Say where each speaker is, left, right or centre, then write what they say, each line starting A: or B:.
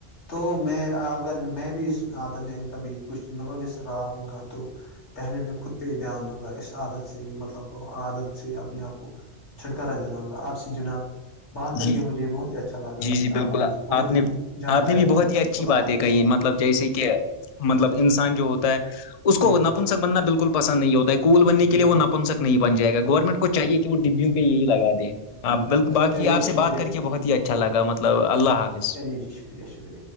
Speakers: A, on the left; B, on the left.
A: تو میں اگر میں بھی اس عادت میں کبھی کچھ ملو وس رہا ہوں گا تو پہلے میں خود پہ ہی دھیان دوں گا اس عادت سے مطلب عادت سے اپنے آپ کو چھٹکارا دینا ہما آپ سے جناب بات کر
B: جی
A: کے مجھے بہت ہی اچھا لگا
B: جی
A: مجھے
B: جی بالکل
A: آپ نے مجھے بہت
B: آپ نے
A: ہی جانکاری
B: آپ نے بھی بہت
A: دی
B: ہی اچھی
A: خدا
B: باتیں
A: حافظ
B: کہی مطلب جیسے کہ مطلب انسان جو ہوتا ہے اس کو
A: جی جی
B: نپنسک بننا بالکل پسند نہیں ہوتا ہے کوول بننے کے
A: جی
B: لیے وہ
A: جی
B: نپنسک نہیں بن جائے گورنمنٹ کو چاہیے کہ وہ ڈبیو پہ یہی لگا دے
A: جی جی تو چلیے
B: جی آپ سے
A: شکریہ
B: بات کر کے بہت ہی اچھا لگا مطلب اللہ حافظ
A: چلیے جی شکریہ شکریہ